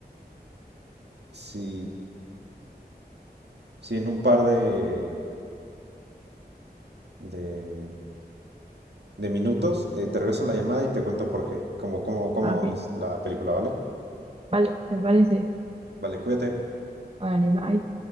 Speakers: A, on the right; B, on the right.
A: si Si en un par de, de, de minutos eh, te regreso la llamada y te cuento por qué, cómo, cómo, cómo
B: Ah, ok.
A: es la película, ¿vale?
B: Vale, me parece.
A: Vale, cuídate.
B: Vale, bye.